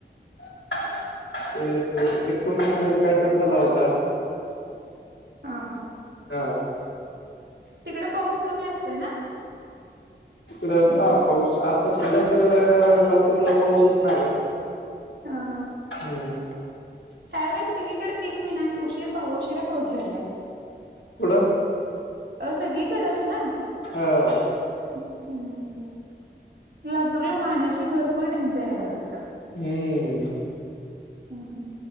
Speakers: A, on the left (about 85°); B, on the right (about 70°).
A: <inaudible> एक एकोणीस मध्ये काय तर झाला होता.
B: हा, हा.
A: हा.
B: तिकडं पाऊस कमी असतोय ना?
A: तीकडं हा, पाऊस. आता सध्या तरी लातूरला पाऊसच नाही.
B: हा, हा.
A: हम्म
B: ह्या वेळेस सगळीकडेच एक महिना असं, उशीर पाऊ, उशिरा पाऊस झालाय.
A: कुडं
B: अ सगळीकडच ना.
A: हा.
B: ह, अम्. लातूरला पाण्याची भरपूर टंचाई आहे वाटते.
A: हम्म.
B: हा हा.